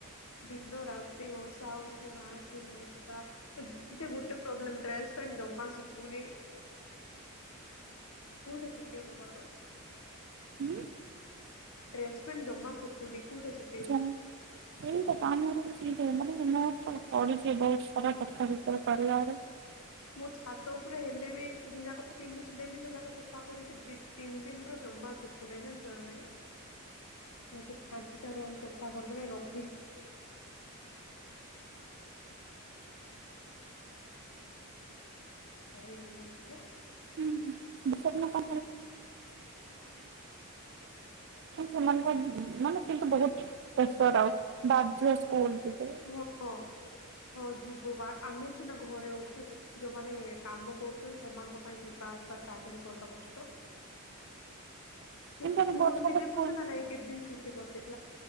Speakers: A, on the left; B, on the right.
A: ଦିନ ରାତି ବର୍ଷା ହେଉଛି ମା କି ବର୍ଷା। ଅ ଯେ ଗୋଟେ ପ୍ରୋବ୍ଲେମ ଡ୍ରେସ ପେଣ୍ଟ ଜମା ଶୁଖୁନି। କଉଟା ଶୁଖେଇବୁ କ ତ।
B: ହୁଁ।
A: ଡ୍ରେସ୍ ପେଣ୍ଟ ଜମା ଶୁଖୁନି କଉଟା ସୁ-
B: ଜାଣିନ୍ <unintelligible>
A: ମୁଁ ଛାତ୍ ଛାଟ ଉପରେ ହେଲେ ବି ଯିଏ ଯାକୁ ପିନ୍ଧୁଛି ଡେଲି ସେ ଯାକୁ ସଫା କରିକି ଦି ତିନି ଦିନ ରୁ ଜମା ସୁ କୁନାଇ ଜାଣିଚୁ ନା ନାଇ। <unintelligible> <unintelligible> କଳା କଳା ଟୁକ୍ ଟୁକ୍ <unintelligible> ହେଇଯିବ।
B: <unintelligible> କରୁଛନ୍ତି ସେମାନଙ୍କ ମାନେ କିନ୍ତୁ ବହୁତ ପ୍ରେସର ଆଉ ବାଧ୍ୟ ସ୍କୁଲ ଯିବେ।
A: ଓ ଓ ହଉ ଯିବୁ ବା ଆମେ ସିନା ଘରେ ଅଛୁ। ଯୋଉମାନେ କାମ କରୁଛନ୍ତି ସେମାନଙ୍କ ପାଇଁ ଯିବା ଆସିବା ଟ୍ରାଭେଲ କରିବା କଷ୍ଟ।
B: କିନ୍ତୁ
A: ଯେ
B: ଏବେ
A: ସ୍କୁଲ
B: ବର୍ଷାରେ
A: ବି ଦେଖୁଛ
B: ସ୍କୁଲ
A: ନା ନାଇଁ କେତେ ଦିନ ଛୁଟି କରିଦେଇଥିଲା।